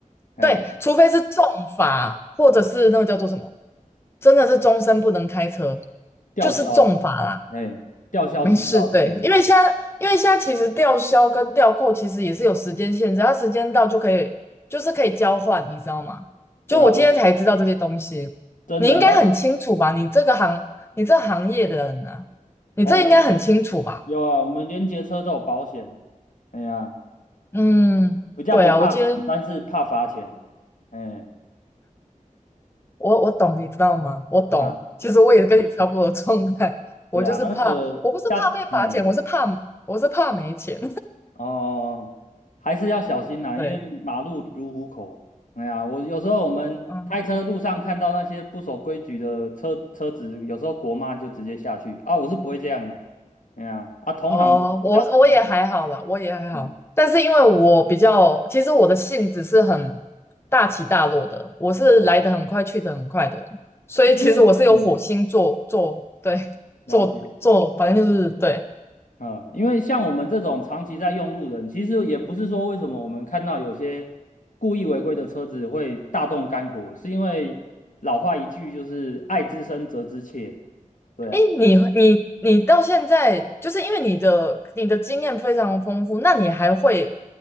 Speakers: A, on the left; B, on the left.
A: 哎，
B: 对，除非是重罚，或者是那个叫做什么，真的是终身不能开车，
A: 吊销，
B: 就是重罚啦。
A: 哎，吊销执照之类的。
B: 没事，对，因为现在，因为现在其实吊销跟吊扣其实也是有时间限制，它时间到就可以，就是可以交换，你知道吗？
A: 对啊，
B: 就我今天才知道这些东西，
A: 我真的啊，
B: 你应该很清楚吧？你这个行，你这行业的人啊，你这应该很清楚吧？
A: 哦，有啊，我们连结车都有保险的。哎呀，
B: 嗯，
A: 回家不怕死，
B: 对啊，我今天
A: 但是怕罚钱。哎
B: 我我懂，你知道吗？我懂，
A: 啊，
B: 其实我也跟你差不多的状态，我就是怕，
A: 对啊，啊那个要，
B: 我不是怕被罚钱，
A: 哎
B: 我是怕我是怕没钱，
A: 哦，还是要小心呐，
B: <laughs> 对，
A: 因为马路如虎口。哎呀，我有时候我们开车路上看到那些不守规矩的车车子，
B: 嗯。
A: 有时候国骂就直接下去啊，我是不会这样啊。哎呀，啊，同行的比较冲动。
B: 哦，我我也还好啦，我也还好。
A: 嗯，
B: 但是因为我比较，其实我的性子是很大起大落的，我是来得很快，
A: 哦，
B: 去得很快的人，所以其实我是有火星做做对做做，
A: 因为嗯，了解。
B: 反正就是对。
A: 嗯，因为像我们这种长期在用路人，其实也不是说为什么我们看到有些故意违规的车子会大动肝火，是因为老话一句就是“爱之深，责之切”。对啊，
B: 哎，你你你到现在，就是因为你的你的经验非常丰富，那你还会